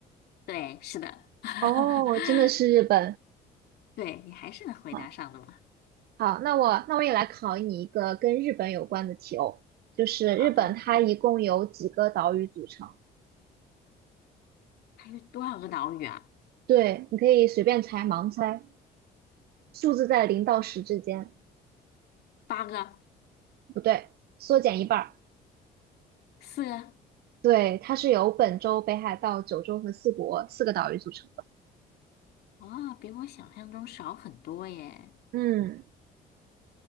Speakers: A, on the left; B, on the right.
A: 对，是的，<laughs>
B: 哦，真的是日本。
A: 对，你还是能回答上的嘛？
B: 好，好，那我那我也来考你一个跟日本有关的题哦，就是日本它一共有几个岛屿组成？
A: 好的，还有多少个岛屿啊？
B: 对，你可以随便猜，盲猜，数字在零到十之间。
A: 八个，
B: 不对，缩减一半儿。
A: 四个，
B: 对，它是由本州、北海道、九州和四国四个岛屿组成的。
A: 哦，比我想象中少很多耶。
B: 嗯，